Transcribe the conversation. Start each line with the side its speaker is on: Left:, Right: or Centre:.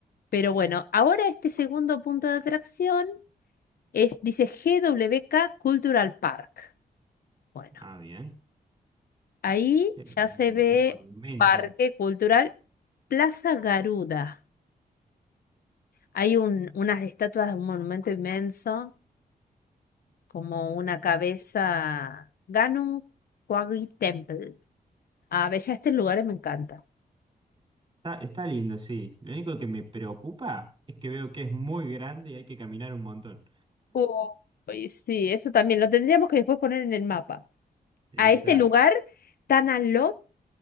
Left: pero bueno, ahora este segundo punto de atracción es, dice G W K Cultural Park. Bueno,
Right: Ah, bien.
Left: ahí
Right: Qué-
Left: ya
Right: Un,
Left: se ve
Right: un monumento.
Left: Parque Cultural Plaza Garuda. Hay un, unas estatuas, un monumento inmenso como una cabeza Ganun Kwagi Temple. Ah, ve, ya este lugar me encanta.
Right: Está, está lindo, sí. Lo único que me preocupa es que veo que es muy grande y hay que caminar un montón.
Left: Uy, sí, eso también lo tendríamos que después poner en el mapa.
Right: Exacto.
Left: A este lugar, Tanalot